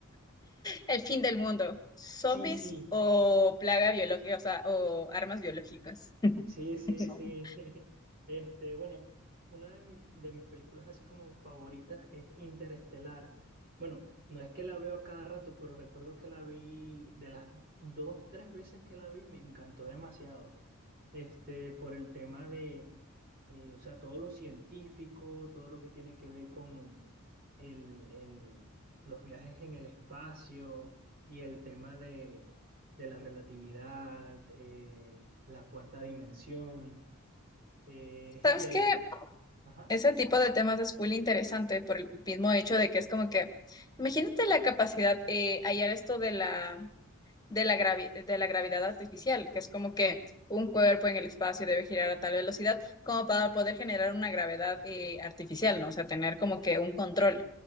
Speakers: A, on the left (about 20°); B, on the right (about 45°).
A: El fin del mundo. ¿Zombies
B: Sí, sí,
A: o plaga biológica, o sea, o armas biológicas?
B: sí, sí,
A: <laughs>
B: sí. <laughs> Este, bueno, una de, mi- de mis películas así como favoritas es Interestelar. Bueno, no es que la veo a cada rato, pero recuerdo que la vi de las dos, tres veces que la vi, me encantó demasiado. Este, por el tema de, eh, o sea, todo lo científico, todo lo que tiene que ver con el, el- los viajes en el espacio y el tema de, de la relatividad. eh, la cuarta dimensión, eh,
A: ¿Sabes
B: <laughs> y ahí,
A: qué?
B: ajá,
A: Ese tipo de temas es full interesante por el mismo hecho de que es como que, imagínate la capacidad, eh, hallar esto de la de la gravi- de la gravedad artificial, que es como que un cuerpo en el espacio debe girar a tal velocidad como para poder generar una gravedad eh, artificial, ¿no? O sea, tener como que un control.